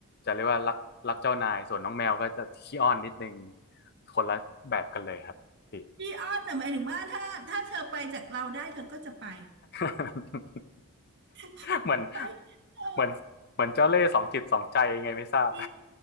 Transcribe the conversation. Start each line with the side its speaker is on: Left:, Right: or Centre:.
Left: จะเรียกว่ารักรักเจ้านายส่วนน้องแมวก็จะขี้อ้อนนิดนึงคนละแบบกันเลยครับพี่
Right: พี่อ้อแต่หมายถึงว่าถ้าถ้าเธอไปจากเราได้เธอก็จะไป
Left: <laughs>
Right: <laughs>
Left: เหมือน
Right: ไม่ไปเอ
Left: เหมือนเหมือนเจ้าเล่ห์สองจิตสองใจยังไงไม่ทราบ
Right: อ จร